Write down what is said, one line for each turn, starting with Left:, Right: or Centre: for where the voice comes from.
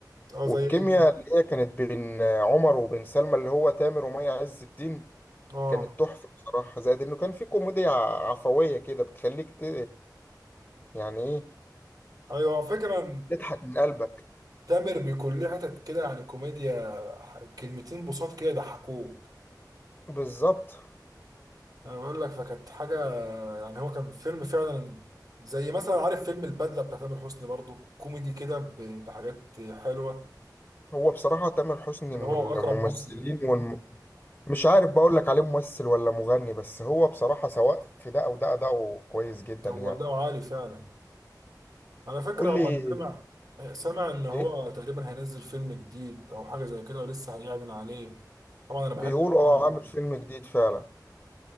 Right: اه
Left: والكيمياء
Right: زي ايه
Left: اللي هي كانت بين عمر وبين سلمى اللي هو تامر ومي عز الدين
Right: اه
Left: كانت تحفة بصراحة زائد انه كان في كوميديا عفوية كده بتخليك ت... يعني ايه
Right: ايوه فكرة
Left: تضحك من قلبك
Right: تامر بيكون ليه حتت كده يعني كوميديا ح- كلمتين بساط كده يضحكوك
Left: بالظبط
Right: انا بقول لك فكانت حاجه يعني هو كان فيلم فعلا زي مثلا عارف فيلم البدله بتاع تامر حسني برضو كوميدي كده ب- بحاجات حلوه
Left: هو بصراحة تامر حسني
Right: كان
Left: من
Right: هو
Left: الممثلين
Right: واكرم حسني
Left: والم... مش عارف بقول لك عليه ممثل ولا مغني بس هو بصراحة سواء في ده او ده أداؤه كويس جدا
Right: هو
Left: يعني
Right: ده عالي فعلا على فكره
Left: قول
Right: هو
Left: لي
Right: انا سامع سامع ان هو
Left: ايه
Right: تقريبا هينزل فيلم جديد او حاجه زي كده ولسه هيعلن عليه طبعا انا بحب
Left: بيقول اه
Right: أفلامه
Left: عامل
Right: جدا
Left: فيلم جديد فعلا